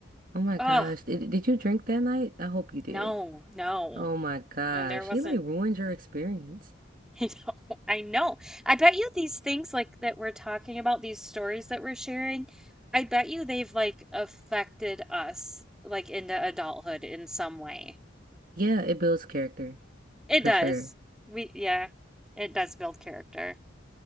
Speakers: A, on the right; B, in the centre.
A: Oh my
B: Oh,
A: gosh. Did, did you drink that night? I hope you did.
B: no, no.
A: Oh my gosh.
B: And there wasn't,
A: She like ruined your experience.
B: <laughs> you know, I know. I bet you these things like that we're talking about, these stories that we're sharing, I bet you they've like affected us like into adulthood in some way.
A: Yeah, it builds character
B: It
A: for
B: does.
A: sure.
B: We, yeah, it does build character.